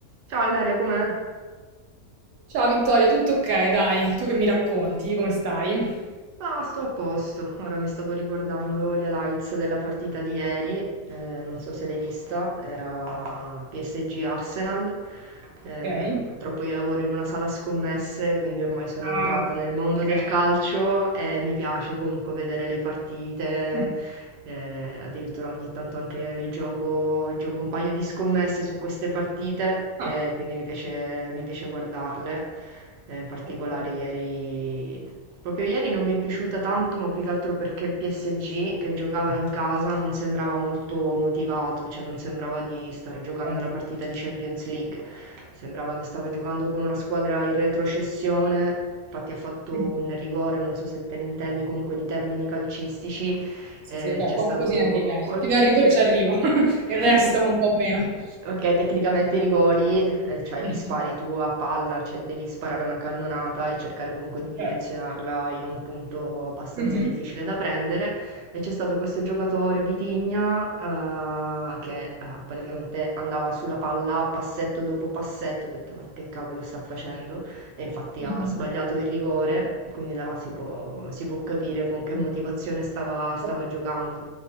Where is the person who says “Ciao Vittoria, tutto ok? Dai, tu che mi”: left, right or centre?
Right